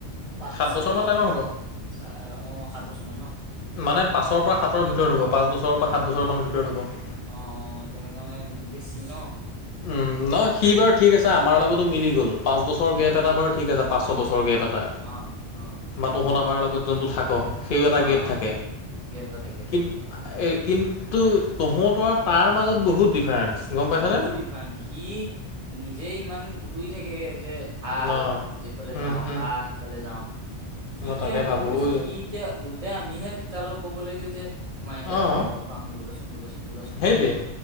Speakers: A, on the right; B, on the left.
A: প
B: সাত
A: চাৰি
B: বছৰমান ডাঙৰ হ'ব
A: চ অ সাত বছৰ মান ন
B: মানে পাছৰ পৰা সাতৰ ভিতৰত হব পাঁচ বছৰৰ পৰা সাত বছৰ মানৰ ভিতৰত হ'ব
A: অ', তেনেককা মানে বেছি ন
B: উম নহ সি বাৰ ঠিক আছে আমাৰ লগতো মিলি গ'ল পাঁচ বছৰ
A: উম
B: গেপ এটা বাৰু ঠিক আছে পাঁচ চ বছৰ গেপ এটা
A: অ', অ',
B: বা তহুন আমাৰ লগত যোনটো থাক সেই এটা
A: অ',
B: গেপ থাকে
A: অ', গেপ এটা থাকে
B: কিন্ত কিন্তু তহঁত আৰু তাৰ মাজত বহুত ডিফাৰেন্ঞ্চ গম পাইছানে
A: বহুত সি নিজে ইমান কুটুৰি থাকে যে আহ
B: ন
A: যিফালে
B: উম,
A: যাওঁ
B: উম,
A: আহ সিফালে যাও সি
B: মই
A: কিয়
B: তাকে
A: ইমান
B: ভাবোঁ
A: কৰিছো
B: ঐ
A: সি এতিয়া উলটাই আমিহে তাৰ লগত কব লাগিছিল যে মায়তিয়া
B: অ',
A: আমি পাহো বোলচোন বোলচোন বোলচোন
B: সেইটোৱেই